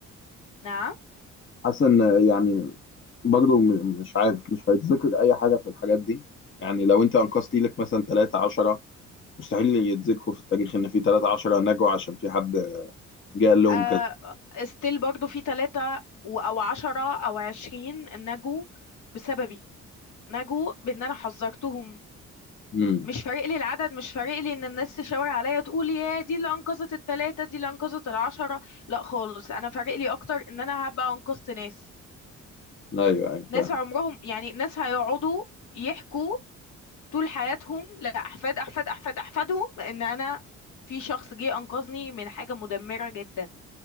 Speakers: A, on the left; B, on the left.
A: نعم
B: حاسس ان يعني برضو م- مش عارف مش هيتذكر اي حاجة في الحاجات دي يعني لو انت انقذتي لك مثلا 3 10 مستحيل يتذكروا في التاريخ ان في 3 10 نجوا عشان في حد جه قال لهم
A: آه
B: كذا
A: ستيل برضو في ثلاثة او عشرة او عشرين نجوا بسببي نجوا بان انا حذرتهم
B: امم
A: مش فارق لي العدد مش فارق لي ان الناس تشاور عليا تقول يا دي اللي انقذت التلاتة دي اللي انقذت العشرة لا خالص انا فارق لي اكتر ان انا هبقى انقذت ناس
B: ايوه ايوه
A: ناس
B: فاهم
A: عمرهم يعني ناس هيقعدوا يحكوا طول حياتهم لاحفاد احفاد احفاد احفاد احفادهم ان انا في شخص جه انقذني من حاجة مدمرة جدا